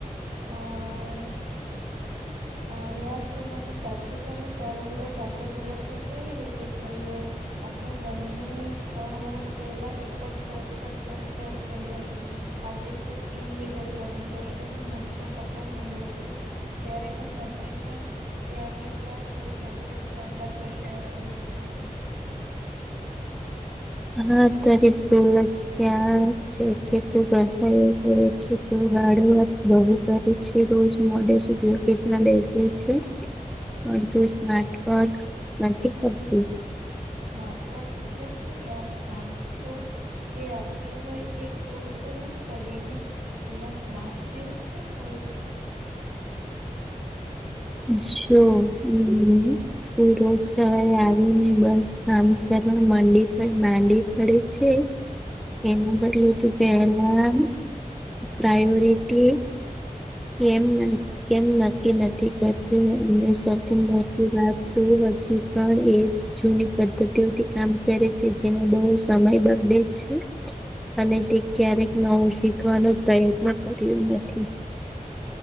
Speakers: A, on the right (about 80°); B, in the centre.
A: અ અ યાર તું મને સાચું કહે તારો ગ્રોથ આટલો ઝડપથી કેવી રીતે થયો આપણે બંને ત્રણ વર્ષ પહેલા એક જ પોસ્ટ પર જોબ શરૂ કરી હતી આજે તો ટીમ લીડર બની ગઈ અને મોટો પગાર મેળવે છે જ્યારે હું હજી પણ ત્યાંને ત્યાં જ રોજ દસ દસ કલાક ઘસયા કરું છું
B: હા તારી ભૂલ જ ક્યાં છે કે તું ઘસાઈ તો હાડવક બહુ કરે છે રોજ મોડે સુધી ઓફિસમાં બેસે છે પણ તું સ્માર્ટવર્ક નથી કરતી
A: સ્માર્ટ વોક એટલે શું યાર કામ તો જે આપ્યું હોય એ પૂરું કરવું જ પડે ને એમાં સ્માર્ટ જેવું શું હોય
B: અચ્છા હમ રોજ સવારે આવીને બસ કામ કરવા મડી પણ માંડી પડે છે એના બદલે કે પહેલા પ્રાયોરિટી કેમ કેમ નક્કી નથી કરતી એ સૌથી મોટી વાત તો હજી પણ એ જ જૂની પદ્ધતિઓથી કામ કરે છે જેમાં બહુ સમય બગડે છે
A: <inaudible>
B: અને તે ક્યારેક નવું શીખવાનો પ્રયત્ન કર્યો નથી